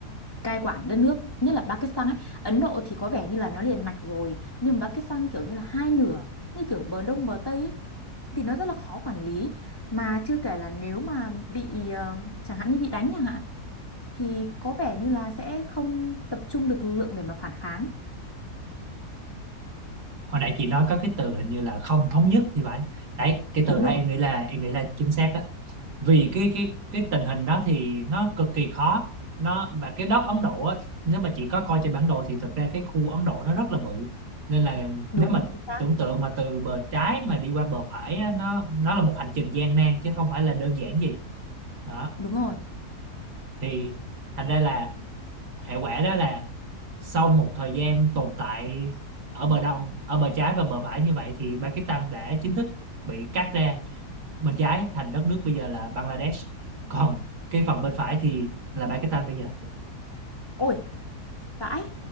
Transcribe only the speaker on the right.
hồi nãy chị nói có cái từ hình như là không thống nhất thì phải đấy cái từ
đó
em nghĩ là em nghĩ là chính xác đó vì cái cái cái tình hình đó thì nó cực kỳ khó nó và cái đất Ấn Độ á, nếu mà chị có coi trên bản đồ thì thực ra cái khu Ấn Độ nó rất là bự nên là
nếu mà
tưởng tượng mà từ bờ trái mà đi qua bờ phải á, nó nó là một hành trình gian nan chứ không phải là đơn giản gì đó
thì thành ra là hệ quả đó là sau một thời gian tồn tại ở bờ đông ở bờ trái và bờ phải như vậy thì Pakistan đã chính thức bị cắt ra bên trái thành đất nước bây giờ là Bangladesh còn cái phần bên phải thì là Pakistan bây giờ